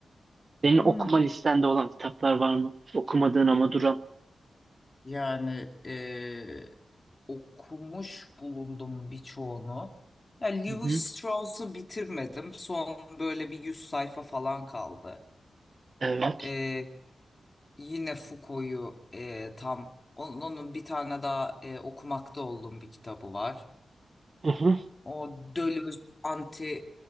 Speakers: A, on the right; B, on the left.
A: Senin
B: Hı.
A: okuma listende olan kitaplar var mı? Okumadığın ama duran.
B: Yani e, okumuş bulundum birçoğunu. Ya, Lewis
A: Hı hı.
B: Strauss'u bitirmedim. Son böyle bir 100 sayfa falan kaldı.
A: Evet.
B: E, yine Foucault'u e, tam onun, onun bir tane daha e, okumakta olduğum bir kitabı var.
A: Hı hı.
B: O Deleuze Anti